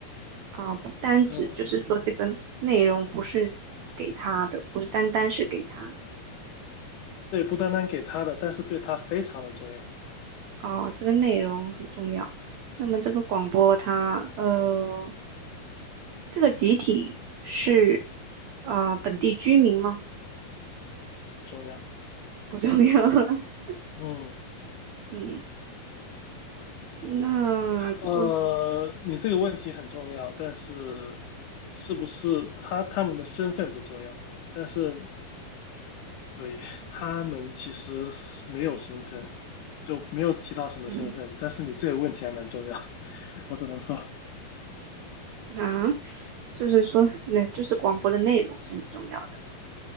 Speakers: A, on the right (about 75°); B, on the left (about 70°).
A: 啊，不单指就是说这个内容不是给他的，
B: 嗯，嗯
A: 不是单单是给他的
B: 对，不单单给他的，但是对他非常的重要，
A: 哦，这个内容很重要。那么这个广播它呃，这个集体是啊本地居民吗？
B: 不重要。
A: 不重要。<laughs>
B: 嗯，
A: 嗯，那这个
B: 呃，你这个问题很重要，但是是不是他他们的身份不重要，但是对他们其实是没有身份，就没有提到什么身份，
A: 嗯
B: 但是你这个问题还蛮重要的，<laughs> 我只能说
A: 啊，就是说那就是广播的内容是很重要的。